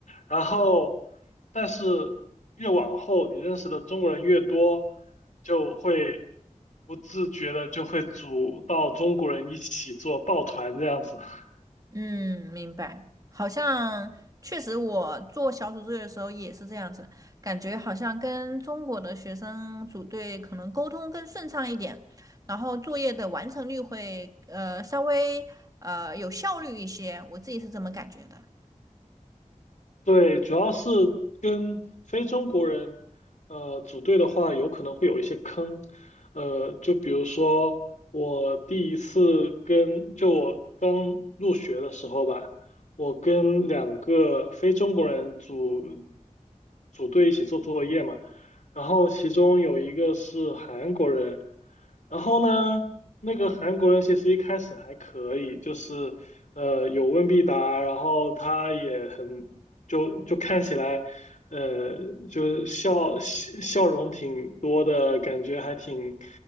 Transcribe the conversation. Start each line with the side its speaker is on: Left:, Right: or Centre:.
Left: 然后，但是越往后，你认识的中国人越多，就会不自觉的就会组到中国人一起做抱团这样子。<laughs>
Right: 嗯，明白。好像确实，我做小组作业的时候也是这样子，感觉好像跟中国的学生组队可能沟通更顺畅一点，然后作业的完成率会呃稍微呃有效率一些，我自己是这么感觉的。
Left: 对，主要是跟非中国人，呃，组队的话，有可能会有一些坑，呃，就比如说我第一次跟，就我刚入学的时候吧，我跟两个非中国人组组队一起做作业嘛，然后其中有一个是韩国人，然后呢，那个韩国人其实一开始还可以，就是。呃，有问必答，然后他也很就就看起来，呃，就是笑笑容挺多的，感觉还挺，